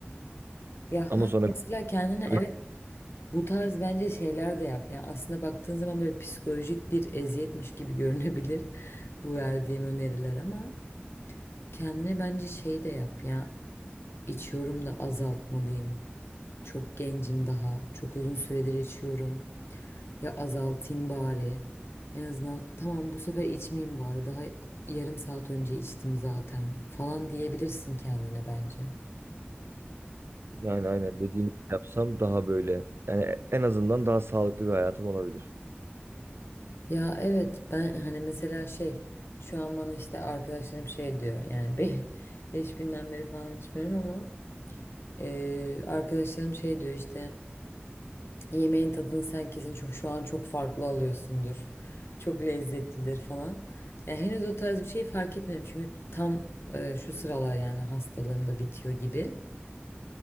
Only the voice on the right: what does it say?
Ama
sonra
<laughs>
yani aynen dediğini yapsam daha böyle yani e, en azından daha sağlıklı bir hayatım olabilir.